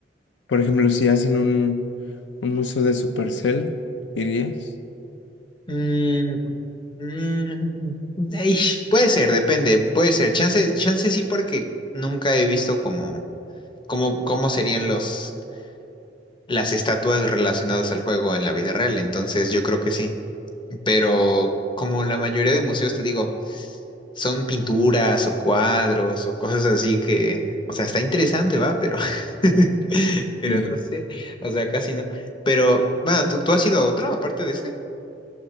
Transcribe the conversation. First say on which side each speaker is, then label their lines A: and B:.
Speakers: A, on the left; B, on the left.
A: Por ejemplo, si hacen un, un museo de Supercell, ¿irías?
B: Mm, mm, ey, puede ser, depende, puede ser. Chance, chance sí, porque nunca he visto cómo cómo, cómo serían los, las estatuas relacionadas al juego en la vida real. Entonces, yo creo que sí. Pero como la mayoría de museos, te digo, son pinturas o cuadros o cosas así que, o sea, está interesante, va, pero, <laughs> pero
A: Eh,
B: no sé, o sea, casi no. Pero, bueno, ¿tú, tú has ido a otro aparte de ese?